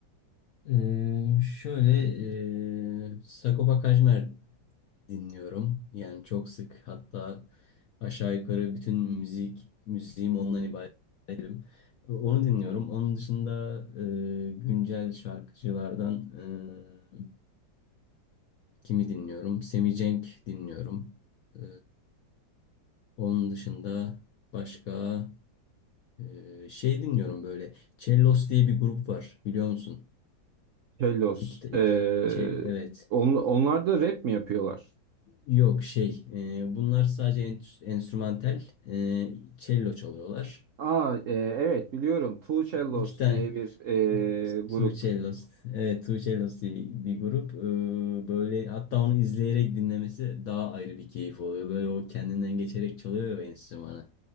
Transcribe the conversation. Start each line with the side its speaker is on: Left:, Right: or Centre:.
Left: Ee, şöyle ee, Sagopa Kajmer dinliyorum. Yani çok sık hatta aşağı yukarı bütün müzik müziğim ondan ibaret ederim. Onu dinliyorum. Onun dışında ee, güncel şarkıcılardan ee, kimi dinliyorum? Semih Cenk dinliyorum. Ee, onun dışında başka ee, şey dinliyorum böyle. Cellos diye bir grup var biliyor musun?
Right: Hellos.
Left: İki, iki,
Right: Ee,
Left: çel, evet.
Right: on- onlar da rap mi yapıyorlar?
Left: Yok şey, e, bunlar sadece en- enstrümantal. E, cello çalıyorlar.
Right: Aa, e, evet biliyorum. Two Cellos
Left: İki tane
Right: diye bir
Left: e,
Right: ee, grup.
Left: Two Cellos. Evet, Two Cellos diye bir grup. E, böyle hatta onu izleyerek dinlemesi daha ayrı bir keyif oluyor. Böyle o kendinden geçerek çalıyor ya enstrümanı.